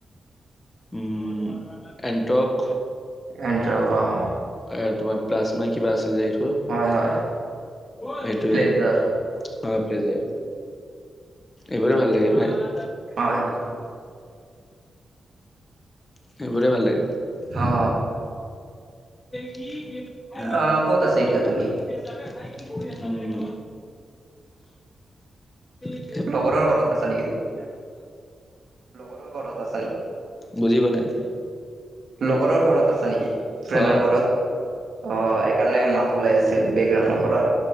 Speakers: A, on the left (about 25°); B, on the right (about 70°).
A: উম এণ্টক।
B: এণ্ট্ৰক অ'।
A: এ, তোমাৰ প্লাজ নে কিবা আছিল যে এইটো
B: হয় হয়
A: সেইটোৱে,
B: প্লেজাৰ
A: অ', প্লাজে। এইবোৰে ভাল লাগে প্ৰায়।
B: হয়, হয়।
A: সেইবোৰে ভাল লাগে।
B: অ
A: কি <unintelligible>
B: অ ক'ত আছে এতিয়া তুমি
A: ভাই কি কৰি আ ঘ <unintelligible>
B: লগৰৰ ঘৰত আছা নেকি তুমি, এতিয়া লগৰৰ ঘৰত আছা নেকি?
A: বুজি পোৱা নাই।
B: লগৰৰ ঘৰত আছা নেকি? ফ্ৰেণ্ডৰ
A: অ
B: ঘৰত, অ'। সেইকাৰণে মাত ওলাই আছিল, বেকগ্ৰাউণ্ডৰ পৰা।